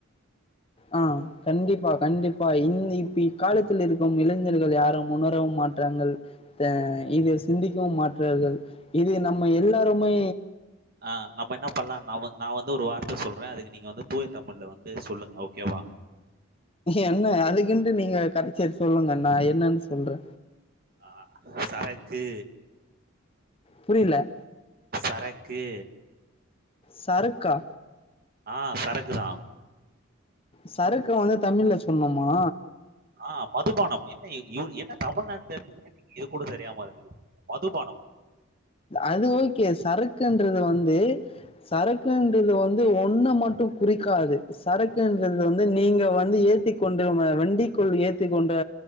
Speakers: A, on the left (about 25°); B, on the right (about 45°).
A: ஆ கண்டிப்பா கண்டிப்பா இந்தி இப் பிக்காலத் த்துல இருக்கும் இளைஞர்கள் யாரும் உணரவும் மாற்றாங்கள் அ இது சிந்திக்கவும் மாற்றார்கள் இது நம்ம எல்லாருமே
B: அ நம்ம என்ன பண்லா நா வந் நா வந்து ஒரு வார்த்த சொல்றே அதுக்கு நீங்க வந்து தூய தமிழ்ல வந்து சொல்லுங்க ஓகேவா
A: என்ன அதுக்குன்டு நீங்க கடைசியெழுத்து சொல்லுங்க நா என்னன்னு சொல்றே
B: ஆ சரக்கு
A: புரில
B: சரக்கு
A: சரக்கா
B: ஆ சரக்குதான்
A: சரக்க வந்து தமிழ்ல சொல்லன்னுமா
B: ஆ மதுபானம் என்ன இ இல் என்ன தமிழ்நாட்டுல இருந்துக்கிட்டு நீங்க இது கூட தெரியாம இருக்கீங்க மதுபானம்
A: அது ஓகே சரக்குன்றது வந்து சரக்குன்றது வந் து ஒன்னு மட்டு குறிக்காது சரக்குன்றது வந்து நீங்க வந்து ஏத்திக் கொண்டு வ வண்டிக்குள் ஏத்திக் கொண்டு